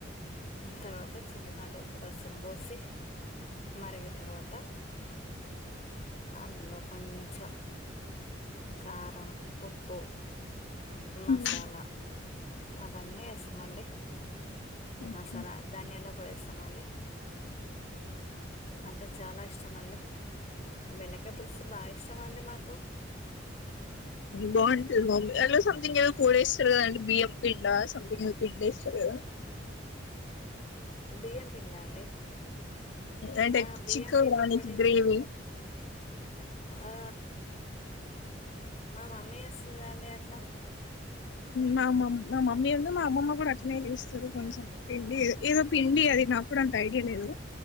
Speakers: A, on the left; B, on the left.
A: తర్వాత చింతపండు రసం పోసి మరిగిన తర్వాత అందులో కొంచెం కారం ఉప్పు మసాలా
B: ఉమ్
A: అవన్నీ స మండి
B: ఓకే
A: మసాలా ధాన్యాాల పొడేస్తామండి అట్లా చాలా ఇష్టం తినాలి బెండకాయ పులుసు బాగా ఇష్టం అండి మాకు
B: బావుంటుందండి ఎదో సంథంగ్ ఏదో పోడేస్తారండీ బియ్యం పిన్న సంతింగ్ ఏదో పిండేశారు కదా
A: బియ్యం పిండా అండి
B: అంటే
A: ఆ బియ్యం
B: చికెన్
A: పిండి
B: బిర్యానీ
A: పొడి
B: గ్రేవి
A: ఆ మా మమ్మీ చేస్తుంది అండి అట్లా
B: మా మమ్ మా మమ్మీ ఉందు మా అమ్మమ్మ కూడా అట్నే చేస్తారు కొంచెం పిండి ఏదో పిండి అది నాకు కూడా అంత ఐడియా లేదు